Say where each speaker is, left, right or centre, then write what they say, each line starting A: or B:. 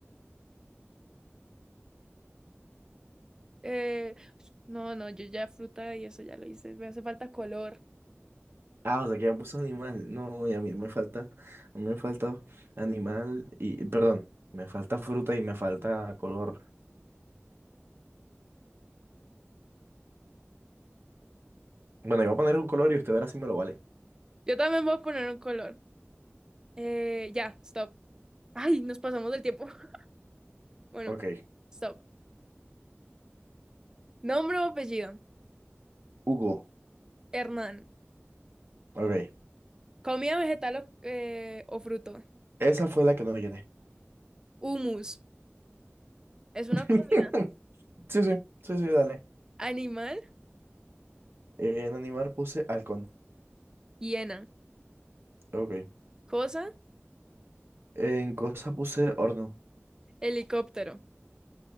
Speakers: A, on the right; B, on the right.
A: Eh, pues, no, no, yo ya fruta y eso ya lo hice. Me hace falta color.
B: Ah, o sea que ya puso animal. No, y a mí me falta, a mí me falta animal y, perdón, me falta fruta y me falta color. Bueno, yo voy a poner un color y usted verá si me lo vale.
A: Yo también voy a poner un color. Eh, ya, stop. Ay, nos pasamos del tiempo. <laughs> Bueno,
B: Ok,
A: stop. Nombre o apellido.
B: Hugo.
A: Hernán.
B: Ok,
A: Comida vegetal o, eh, o fruto.
B: esa fue la que no llené.
A: Humus. Es una
B: <laughs>
A: comida.
B: Sí, sí, sí, sí, dale.
A: Animal.
B: En animal puse halcón.
A: Hiena.
B: Ok.
A: Cosa.
B: En cosa puse horno.
A: Helicóptero.